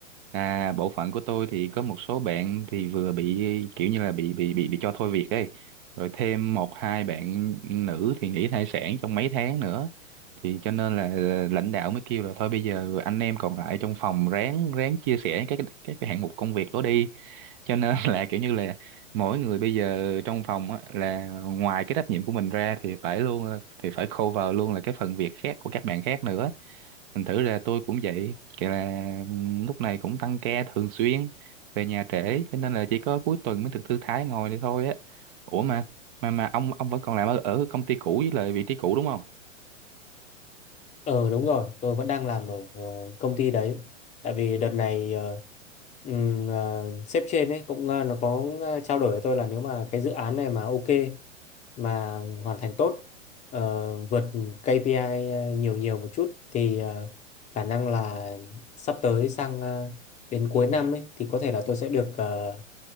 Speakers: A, on the right; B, on the left.
A: à, bộ phận của tôi thì có một số bạn thì vừa bị kiểu như là bị bị bị bị cho thôi việc ấy rồi thêm một hai bạn nữ thì nghỉ thai sản trong mấy tháng nữa thì cho nên là lãnh đạo mới kêu là thôi bây giờ anh em còn lại trong phòng ráng ráng chia sẻ các cái- các cái hạng mục công việc đó đi cho nên <laughs> là kiểu như là mỗi người bây giờ trong phòng á, là ngoài cái trách nhiệm của mình ra thì phải luôn thì phải cover luôn là cái phần việc khác của các bạn khác nữa thành thử là tôi cũng vậy kể là lúc này cũng tăng ca thường xuyên về nhà trễ cho nên là chỉ có cuối tuần mới được thư thái ngồi đây thôi á ủa mà mà mà ông ông vẫn còn làm ở, ở công ty cũ với lại vị trí cũ đúng không
B: Ờ đúng rồi, tôi vẫn đang làm ở ờ, công ty đấy. Tại vì đợt này ờ, ừm, ờ, sếp trên ấy cũng ờ, nó có ờ, trao đổi với tôi là nếu mà cái dự án này mà ok mà hoàn thành tốt ờ, vượt KPI nhiều nhiều một chút thì ờ, khả năng là sắp tới sang ờ, đến cuối năm ấy thì có thể là tôi sẽ được ờ,